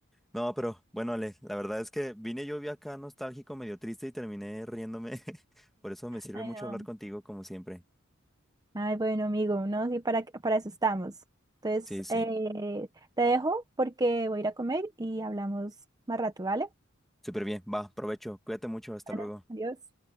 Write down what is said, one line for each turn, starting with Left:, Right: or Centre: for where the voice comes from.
Centre: No, pero bueno, Ale, la verdad es que vine yo vi acá nostálgico, medio triste y terminé riéndome. <laughs> Por eso me sirve
Right: Ay,
Centre: mucho
Right: no.
Centre: hablar contigo, como siempre.
Right: Ay, bueno, amigo, no, sí, para, para eso estamos. Entonces,
Centre: Sí, sí.
Right: eh, te dejo porque voy a ir a comer y hablamos más rato, ¿vale?
Centre: Súper bien. Va, provecho. Cuídate mucho. Hasta
Right: Bueno,
Centre: luego.
Right: adiós.